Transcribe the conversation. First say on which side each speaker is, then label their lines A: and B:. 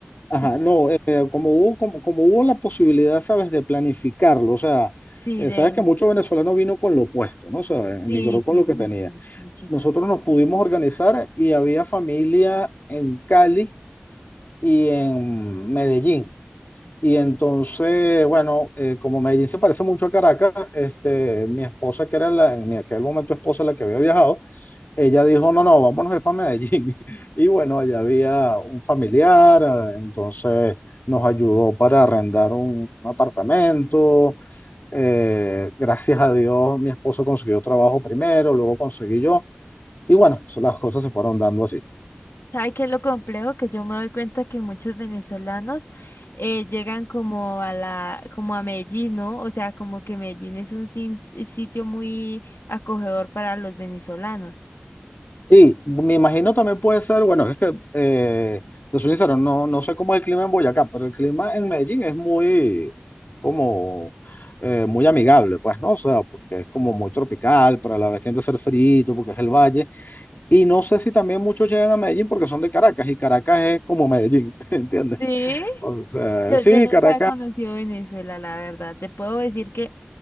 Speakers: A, on the left; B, on the left.
A: Ajá,
B: Sí,
A: no, eh, eh, como hubo, como, como hubo la posibilidad, ¿sabes?, de planificarlo, o sea,
B: sí,
A: eh,
B: de,
A: sabes que muchos venezolanos vino con lo opuesto, ¿no? O sea,
B: sí,
A: emigró con
B: sí,
A: lo
B: uy,
A: que tenía.
B: sí, muchísimo.
A: Nosotros nos pudimos organizar y había familia en Cali y en Medellín. Y entonces, bueno, eh, como Medellín se parece mucho a Caracas, este, mi esposa, que era la, en aquel momento esposa la que había viajado, ella dijo, no, no, vámonos es para Medellín. <laughs> Y bueno, allá había un familiar, eh, entonces nos ayudó para arrendar un apartamento. Eh, gracias a Dios, mi esposo consiguió trabajo primero, luego conseguí yo. Y bueno, so- las cosas se fueron dando así.
B: ¿Sabe qué es lo complejo? Que yo me doy cuenta que muchos venezolanos eh, llegan como a la, como a Medellín, ¿no? O sea, como que Medellín es un sin- sitio muy acogedor para los venezolanos.
A: Sí, me imagino también puede ser, bueno, es que, eh, te soy sincero, no, no sé cómo es el clima en Boyacá, pero el clima en Medellín es muy, como, eh, muy amigable, pues, ¿no? O sea, porque es como muy tropical, pero a la vez tiende a ser frito, porque es el valle. Y no sé si también muchos llegan a Medellín porque son de Caracas, y Caracas es como Medellín, <laughs> ¿entiendes?
B: Sí.
A: O sea,
B: Yo,
A: sí,
B: yo nunca
A: Caracas,
B: he conocido Venezuela, la verdad. Te puedo decir que